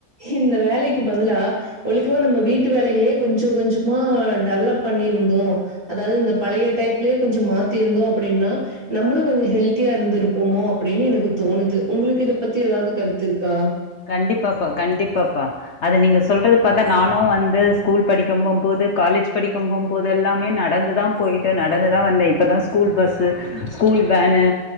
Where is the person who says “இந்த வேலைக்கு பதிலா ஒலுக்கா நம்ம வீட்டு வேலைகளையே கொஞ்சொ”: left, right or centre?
Right